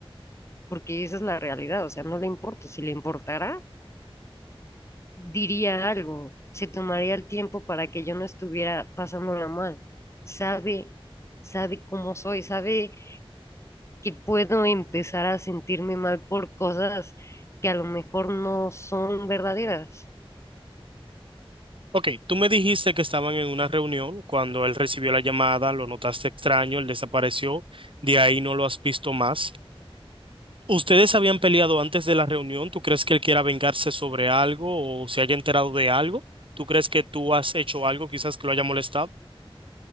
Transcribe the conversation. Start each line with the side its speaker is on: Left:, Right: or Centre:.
Left: porque esa es la realidad, o sea, no le importo. Si le importara, diría algo, se tomaría el tiempo para que yo no estuviera pasándola mal. Sabe, sabe cómo soy, sabe que puedo empezar a sentirme mal por cosas que a lo mejor no son verdaderas.
Right: Ok, tú me dijiste que estaban en una reunión cuando él recibió la llamada, lo notaste extraño, él desapareció, de ahí no lo has visto más. ¿Ustedes habían peleado antes de la reunión? ¿Tú crees que él quiera vengarse sobre algo o se haya enterado de algo? ¿Tú crees que tú has hecho algo quizás que lo haya molestado?